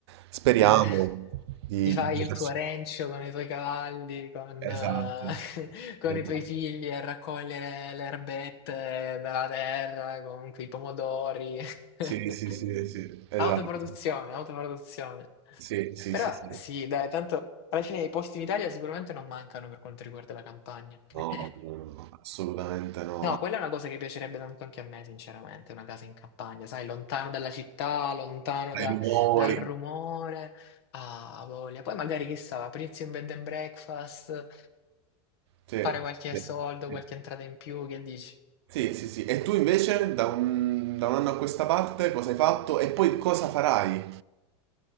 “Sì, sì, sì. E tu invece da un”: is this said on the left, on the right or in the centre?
Right